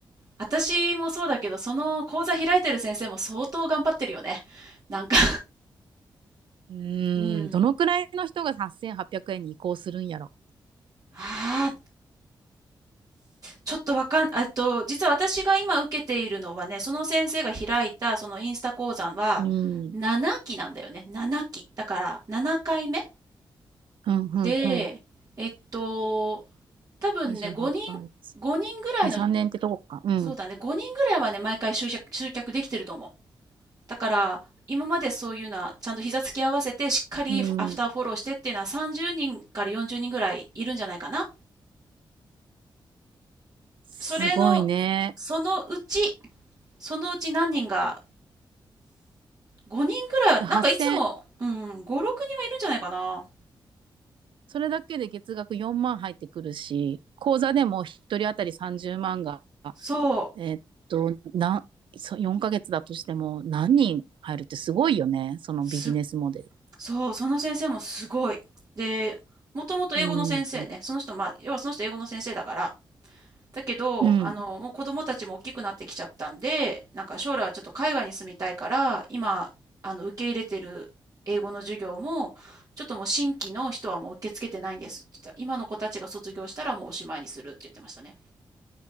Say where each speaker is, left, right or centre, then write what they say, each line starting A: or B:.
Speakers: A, on the right; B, on the right.
A: 私もそうだけど、その講座開いてる先生も相当頑張ってるよね。なんか、
B: うーん。
A: うん。
B: どのくらいの人が8800円に移行するんやろ。
A: ああ、ちょっとわかん、えっと、実は私が今受けているのはね、その先生が開いたそのインスタ講座は7期なんだよね。
B: うん。
A: 7期。だから7回目
B: うん、うん、
A: で、
B: うん。
A: えっと、多分ね、
B: 28万。
A: 5人、5人ぐらいの、
B: 2、3年ってとこか。うん。
A: そうだね、5人ぐらいはね、毎回集客、集客できてると思う。だから、今までそういうのは、ちゃんと膝つき合わせて、しっかりアフターフォローしてっていうのは30人から40人ぐらいいるんじゃないかな。
B: うん。すごいね。
A: それの、そのうち、そのうち何人が5人くらいは、なんかいつも、
B: 8000、
A: うん、5、6人はいるんじゃないかな。
B: それだけで月額4万入ってくるし、口座でも1人当たり30万が
A: そう。
B: えっと、な、そ4ヶ月だとしても何人入るってすごいよね。そのビジネスモデル。
A: す、そう、その先生もすごい。で、もともと英語の先生ね。
B: うん。
A: その人、まあ、要はその人英語の先生だから。だけど、
B: うん。
A: あの、もう子供たちも大きくなってきちゃったんで、なんか将来はちょっと海外に住みたいから、今、あの、受け入れてる英語の授業も、ちょっともう新規の人はもう受け付けてないんですって言ってた。今の子たちが卒業したらもうおしまいにするって言ってましたね。